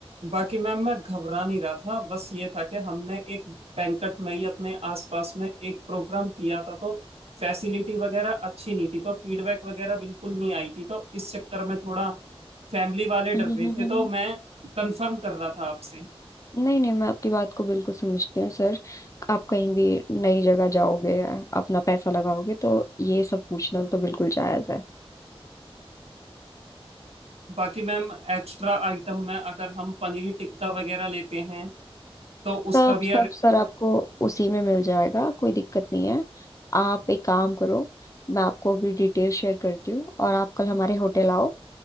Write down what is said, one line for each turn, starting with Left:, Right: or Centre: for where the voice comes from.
Right: बाकी मैम मैं घबरा नहीं रहा था बस ये था कि हमने एक बैंकट में ही अपने आसपास में एक प्रोग्राम किया था तो फैसिलिटी वगैरह अच्छी नहीं थी तो फीडबैक वगैरह बिल्कुल नहीं आई थी तो इस चक्कर में थोड़ा फैमिली वाले डर
Left: <laughs>
Right: रहे थे तो मैं कंफर्म कर रहा था आपसे
Left: नहीं नहीं मैं आपकी बात को बिल्कुल समझती हूँ सर आप कहीं भी नई जगह जाओगे अपना पैसा लगाओगे तो ये सब पूछना तो बिल्कुल जायज है
Right: बाकी मैम एक्स्ट्रा आइटम में अगर हम पनीर टिक्का वगैरह लेते हैं तो उसका
Left: सब
Right: भी
Left: सब सर आपको उसी में मिल जाएगा कोई दिक्कत नहीं है आप एक काम करो मैं आपको अभी डिटेल शेयर करती हूँ और आप कल हमारे होटल आओ